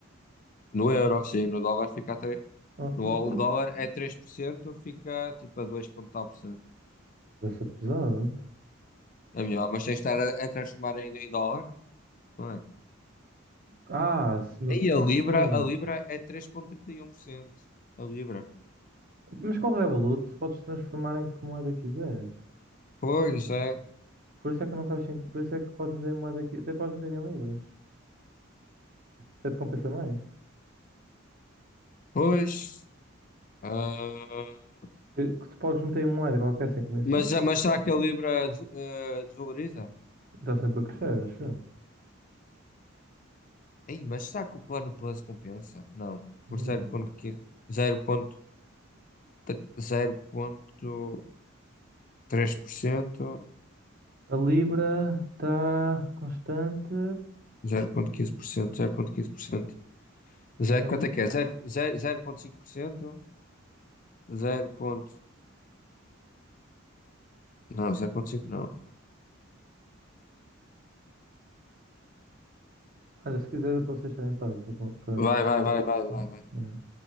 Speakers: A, on the left (about 40°); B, on the right (about 45°).
A: No euro, sim. No dólar fica a 3%.
B: Ah,
A: No
B: hum,
A: ao
B: hum,
A: dólar é três por cento fica tipo a 2 ponto tal por cento.
B: Essa pesada.
A: É melhor, mas tens de estar a, a transformar em, em dólar, não é?
B: Ah, se no-
A: E a Libra,
B: sim.
A: a Libra é três vírgula trinta e um por cento A Libra.
B: Mas com o Revolut podes transformar em que moeda quiseres.
A: Pois, isso é.
B: Por isso é que não faz sentido. Por isso é que podes meter em moeda aqui. Até podes meter em libras. Até te compensa mais.
A: Pois. ah,
B: Que que tu podes meter em moeda qualquer sem comissão.
A: Mas, já- mas será que a Libra des- eh, desvaloriza?
B: Está sempre a crescer, acho eu.
A: Ei, mas será que o plano Plus compensa? Não,
B: Não.
A: por 0.15, 0.3, 0.3%, 0.15%, 0.15%. Zero, ponto três por cento,
B: A Libra está constante.
A: zero ponto quinze quinze por por cento cento zero ponto quinze por cento. zero
B: Olha,
A: quanto
B: li-
A: é que é? Zero- zero- zero ponto cinco por cento zero ponto Não, 0.5 não.
B: olha, se quiser, eu posso deixar em paz. Para,
A: Vai,
B: para,
A: vai, vai, vai, vai, vai.
B: para,